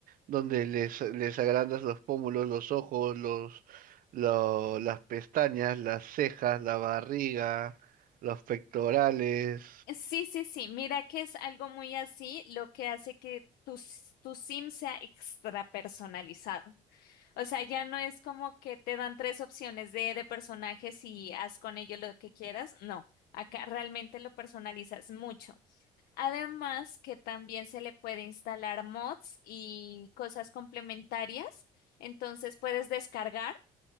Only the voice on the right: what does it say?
donde les, les agrandas los pómulos, los ojos, los, lo- las pestañas, las cejas, la barriga, los pectorales.